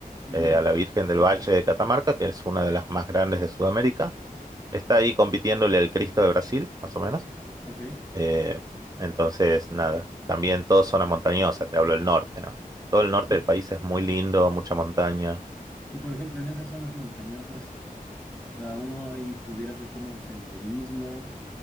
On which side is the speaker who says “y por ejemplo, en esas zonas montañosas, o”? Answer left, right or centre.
Centre